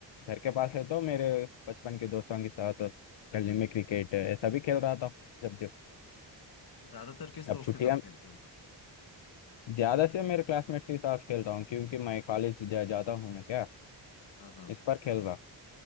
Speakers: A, on the left; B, on the left.
A: घर के पास है तो मेरे बचपन के दोस्तों के साथ गली में क्रिकेट ऐसा भी खेल रहा था जब जब
B: अच्छा ज्यादातर किस
A: अब
B: दोस्त
A: छुट्टियां
B: के साथ खेलते हो
A: ज्यादा से मेरे क्लासमेट्स के साथ खेलता हूँ क्योंकि मैं कॉलेज जा जाता हूँ ना क्या
B: हाँ हाँ
A: इस पर खेल रहा